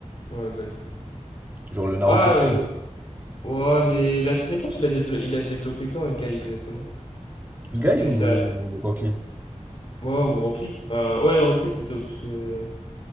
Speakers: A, on the left (about 45°); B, on the right (about 15°).
A: Ouais, bah oui.
B: Genre le Naruto
A: Ah,
B: de
A: euh,
B: Pain.
A: ouais, mais la sixième porte il l'a déblo- développé quand, euh, Guy, exactement Parce
B: Guy
A: que c'est
B: ou
A: ça.
B: Rock Lee?
A: Ouais, ou Rockly. Enfin, ouais, Rockly plutôt, parce que.